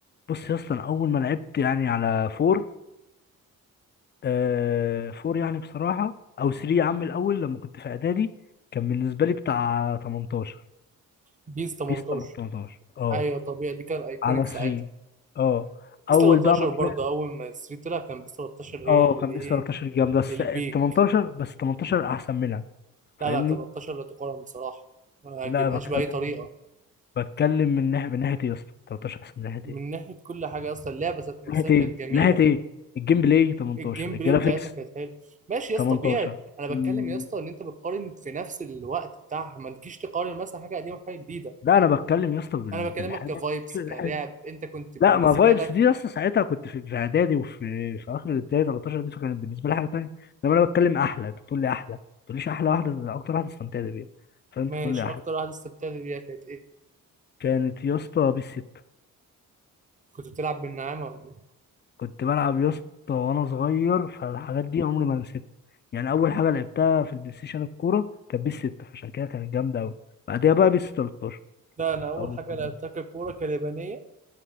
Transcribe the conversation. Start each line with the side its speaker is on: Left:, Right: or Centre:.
Left: بص يا اسطى أنا أول ما لعبت يعني على فور آه فور يعني بصراحة أو 3 يا عم الأول لما كنت في إعدادي كان بالنسبة لي بتاع 18
Right: بيس 18
Left: بيس 18 اه
Right: ايوه طبيعي دي كان ايكونيك
Left: على 3
Right: ساعتها
Left: اه
Right: بيس
Left: أول
Right: 13
Left: بقى ما
Right: برضو
Left: طلعت
Right: اول ما ستريت طلع كان بيس 13
Left: اه
Right: هي اللي
Left: كان
Right: ايه
Left: بيس 13 جامدة بس
Right: البيك
Left: ال 18 بس 18 احسن منها فاهمني
Right: لا لا 13 لا تقارن بصراحة ما
Left: لا
Right: تجيبهاش
Left: أنا بتكلم
Right: بأي طريقة
Left: بتكلم من ناحية من ناحية ايه يا اسطى 13 احسن من ناحية
Right: من
Left: ايه
Right: ناحيه كل حاجه اصلا اللعبه ذات نفسها
Left: من ناحية
Right: كانت
Left: ايه
Right: جميله
Left: من ناحية ايه الجيم بلاي 18
Right: الجيم
Left: الجرافيكس
Right: بلاي بتاعتها كانت حلوه ماشي يا اسطى
Left: 18
Right: طبيعي انا بتكلم
Left: ال-
Right: يا اسطى ان انت بتقارن في نفس الوقت بتاعها ما تجيش تقارن مثلا حاجه قديمه بحاجه جديده
Left: لا انا بتكلم يا اسطى بال-
Right: انا بكلمك
Left: بالحاجة
Right: كفايبس
Left: الحاجة-
Right: كلاعب انت كنت بالنسبه
Left: لا ما فايبس
Right: لك
Left: دي يا اسطى ساعتها كنت في في اعدادي وفي في اخر الابتدائي 13 دي فكانت بالنسبة لي حاجة تانية انما انا بتكلم احلى انت بتقول لي احلى ما تقوليش احلى واحدة اكتر واحدة استمتعت بيها فانت
Right: ماشي
Left: بتقول لي احلى
Right: اكتر واحده استمتعت بيها كانت ايه
Left: كانت يا اسطى بيس 6
Right: كنت بتلعب بالنعامه ولا ايه
Left: كنت بلعب يا اسطى وانا صغير فالحاجات دي عمري ما نسيتها يعني اول حاجه لعبتها في البلاي ستيشن الكوره كانت بيس 6 فعشان كده كانت جامده قوي بعدها بقى بيس 13
Right: لا انا اول
Left: اول
Right: حاجه
Left: مرة.
Right: لعبتها ككوره كاليابانيه